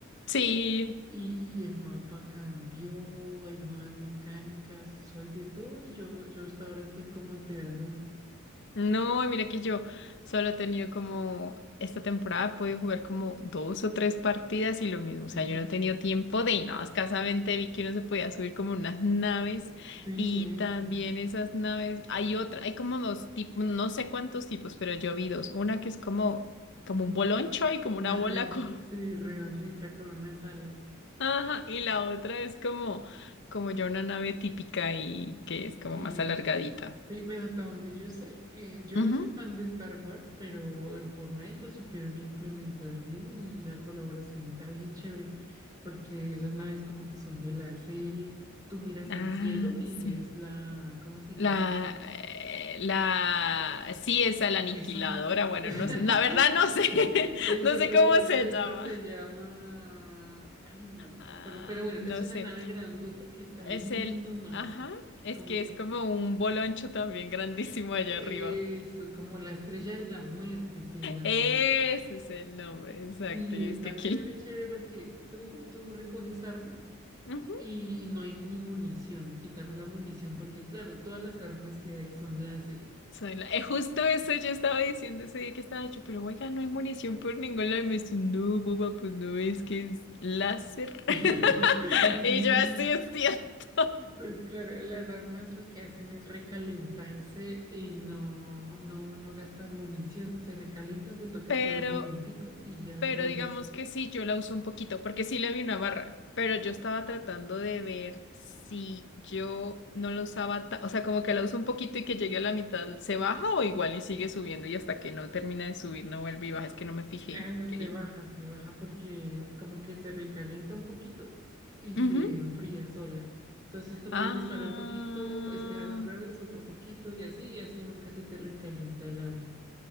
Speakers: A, on the left (about 60°); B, on the right (about 20°).
A: Sí,
B: Y, y el mapa cambió, hay nuevas mecánicas, soy de todo y yo, yo hasta ahora estoy como enterándome.
A: No, mira que yo solo he tenido como esta temporada he podido jugar como dos o tres partidas y lo mismo, o
B: <laughs>
A: sea, yo no he tenido tiempo de y nada, escasamente vi que uno se podía subir como unas naves
B: Sí,
A: y
B: eso.
A: también esas naves, hay otra, hay como dos tipos, no sé cuántos tipos, pero yo vi dos, una que es como como
B: Mm,
A: un boloncho y como
B: una
A: una bola
B: red,
A: con
B: sí, redondita con unas alas.
A: <laughs> ajá, y la otra es como como ya una nave típica y que es como
B: Sí,
A: más alargadita.
B: sí, pues hasta donde yo sé, eh, yo
A: Ujú.
B: no soy fan de Star Wars, pero en Fortnite lo supieron implementar bien y la colaboración está bien chévere, porque esas naves como que son de la serie. Tú miras
A: Ah,
B: al cielo y
A: sí.
B: ves la, ¿cómo se
A: La,
B: llama?
A: eh, la, sí, esa, la aniquiladora,
B: Esa.
A: bueno,
B: <laughs>
A: no sé, la verdad no sé, <laughs>
B: Sí,
A: no
B: sí,
A: sé
B: o
A: cómo
B: es-
A: se
B: esa
A: llama,
B: se llama. Ay, no me
A: Ah,
B: acuerdo. Pero bueno,
A: no
B: es una
A: sé,
B: nave grandota que está
A: es
B: ahí
A: el,
B: nomás.
A: ajá, es
B: Como
A: que
B: si.
A: es como un boloncho también grandísimo allá
B: Eso,
A: arriba.
B: como la estrella de la muerte se llama.
A: Ese es el nombre, exacto,
B: Y
A: y
B: está
A: es que aquí...
B: chévere, chévere, porque tú, tú recoges armas
A: Ujú.
B: y, y no hay ni munición. Quítame la munición, porque claro, todas las armas que hay son láser.
A: Soy la- eh, justo eso yo estaba diciendo ese día que estaba yo, pero oiga, no hay munición por ningún lado. Y me dice, no, boba, pues no ves que es láser.
B: <laughs>
A: <laughs>
B: Sí.
A: Y yo así es cierto.
B: Pues claro, las armas lo que hacen es recalentarse y no, no, no gastan munición. Se recalentan, te toca
A: Pero
B: esperar un momentico y ya
A: Pero
B: vuelves.
A: digamos que sí, yo la uso un poquito, porque sí le vi una barra, pero yo estaba tratando de ver si yo no la usaba, ta- o sea, como que la uso un poquito y que llegue a la mitad, ¿se baja o igual y sigue subiendo y hasta que no termina de subir no vuelve y baja? Es que no me fijé.
B: Ah, no,
A: Quería.
B: se baja, se baja porque como que se recalienta un poquito y se
A: Ujú.
B: enfría sola. Entonces tú
A: Ah,
B: puedes disparar un poquito, esperas otra vez, otro poquito y así, y así nunca se te recalienta el arma.